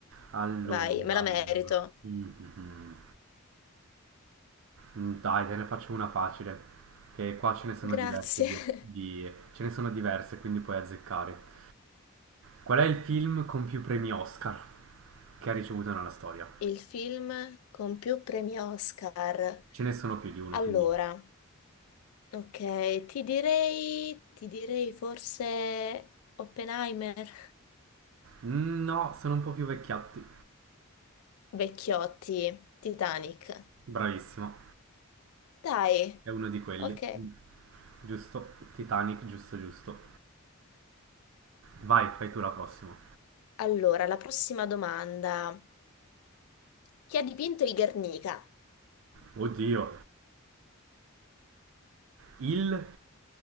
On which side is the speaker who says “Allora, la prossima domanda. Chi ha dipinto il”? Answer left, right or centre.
Left